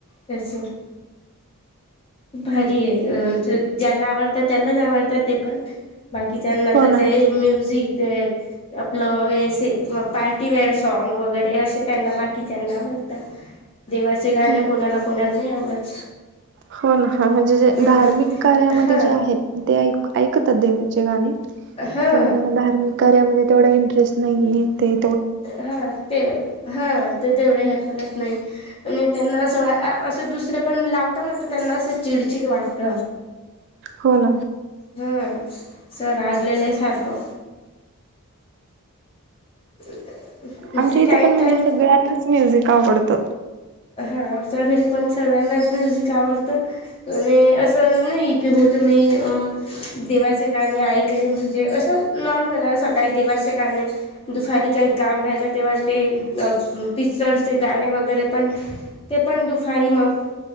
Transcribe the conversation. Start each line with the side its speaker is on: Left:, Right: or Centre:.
Left: तस. भारी आहे. अ.. ज्याला आवडत त्यालाच आवडत ते पण. बाकीच्यांना
Right: हो
Left: तर
Right: ना
Left: तेही
Right: हो
Left: म्युझिक ते आपलं पार्टीवेेअर सॉग वगैरे असे त्यांना बाकीच्यांना वाटत. देवाचे गाणे.
Right: ना
Left: कोणाला कोणाला नाही आवडत?
Right: हो.. ना. हा.. जे
Left: हम्म
Right: धार्मिक कार्यामध्ये
Left: हा
Right: जे आहेत. ते एक ऐकतात देवाचे गाणे.
Left: हा
Right: पंधराला धार्मिक कार्यामध्ये तेवढा इंटरेस्ट नाहीे येते.
Left: हा.. ते. हा.. ते.. तेवढ हो त नाही आणि त्यांना अस असं दुसरं पण लावताना. तर त्यांना असं चिडचिड वाटत.
Right: हो ना
Left: हा सर आज <inaudible> सारखं <inaudible>
Right: आमच्या इथे
Left: टाइम
Right: पण म्हणजे
Left: टाइम
Right: सगळ्यांनाच म्युझिक क आवडत
Left: हा आमच्या घरी पण सगळ्यांनाच म्युझिक आवडतं आणि असं नाही की हो तुम्ही देवाचे गाणे ऐकले म्हणजे असं नॉर्मल आहे सकाळी देवाचे गाणे दुपारी काही काम राहिलं तेव्हा ते पिक्चरचे गाणे वगैरे पण ते पण दुपारी मग